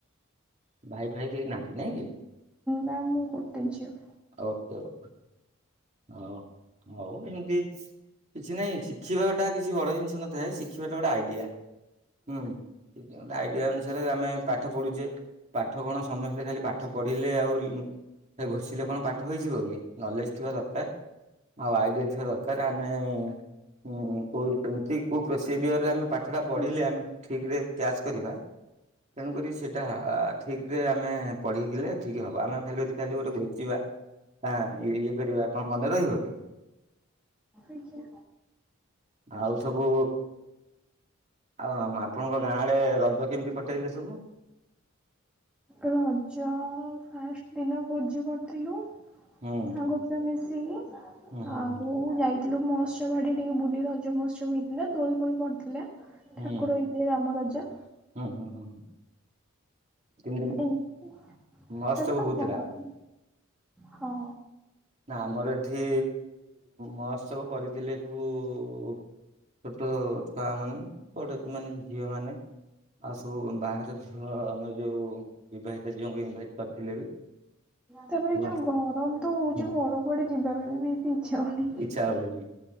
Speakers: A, on the right; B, in the centre.
A: ଭାଇ ଫାଇ କେହି ନାହାନ୍ତି ନାଇଁ କି?
B: ନା ମୁଁ ଗୋଟେ ଝିଅ।
A: ଓକେ। ଓ। ହ ହଉ ଏମିତି କିଛି ନହିଁ, ଶିଖିବାଟା କିଛି ବଡ ଜିନ୍ସ ନଥାଏ। ଶିଖିବାଟା ଗୋଟେ ଆଇଡିଆ। ହୁଁ ଆଇଡିଆ ଅନୁସାରେ ଆମେ ପା ପାଠ ପଢୁଛେ ପାଠ କଣ ସମସ୍ତେ ଖାଲି ପାଠ ପଢିଲେ ଆଉ ସେ ଘୋଷିଲେ କଣ ପାଠ ହେଇଯିବ କି? ନଲେଜ ଥିବା ଦର ଆଉ ଆଇଡିଆ ଥିବା ଦରକାର। ଆମେ ଉ କୋଉ କେମତି କୋଉ ପ୍ରୋ ସେ ଦିଗରେ ଆମେ ପାଠଟା ପଢିଲେ
B: ଆଜ୍ଞା।
A: ଆମେ ଠିକରେ କ୍ୟାଚ଼ କରିବା ତେଣୁକରି ସେଇଟା ଠିକରେ ଆମେ ପଢିଲେ ଠିକ ହବ ଆମେ ଖାଲି ଯଦି ଖାଲି ଗୋଟେ ଘୋଷିବା ଆଁ ଇଏ କରିବା କଣ ମନେ ରହିବ କି?
B: ଆଜ୍ଞା
A: ଆଉ ସବୁ ଆଉ ଆମ ଆପଣଙ୍କ ଗାଁଆଡ଼େ ରଜ କେମିତି କଟେଇଲେ ସବୁ?
B: ରଜ ଫାଷ୍ଟ ଦିନ ଭୋଜି କରିଥିଲୁ।
A: ହୁଁ।
B: ସବୁ ଛୁଆ ମିଶିକି
A: ହୁଁ ହୁଁ
B: ଆଉ
A: ହୁଁ
B: ଯାଇଥି ଗଲୁ ମହୋତ୍ସବ ଆଡେ ଟିକେ ବୁଲି ରଜ ମହୋତ୍ସବ ହେଉଛି ନା ଦୋଳି ଫୋଳି ପଡିଥିଲା।
A: ହୁଁ।
B: ଠାକୁର ହେଇଥିଲେ ରାମ ରାଜା।
A: ହୁଁ ହୁଁ ହୁଁ। ତିନି ଦିନ
B: ଏଇ
A: ମହୋତ୍ସବ
B: ତାପରେ ତ
A: ହଉଥିଲା
B: ଗରମ ହଁ।
A: ନା ଆମର ଏଠି ମହୋତ୍ସବ କରିଥିଲେ ସବୁ। ଛୋଟ ଛୁଆ ମାନେ ବଡ ମାନେ ଝିଅମାନେ। ଆଉ ସବୁ ବାହାର ଝୁଅ ଆମର ଯୋଉ ବିବାହିତ ଝୁଅଙ୍କୁ ଇନଭାଇଟ କରିଥିଲେ ବି
B: ତାପରେ
A: ସବୁ
B: ଯୋଉ
A: ଆସି
B: ଗରମ ତ ହଉଛି
A: ହୁଁ
B: ଘରୁ କୁଆଡେ ଯିବା ପାଇଁ ବି ବି ଇଚ୍ଛା ହଉନି।
A: ଇଛା ହଉନି।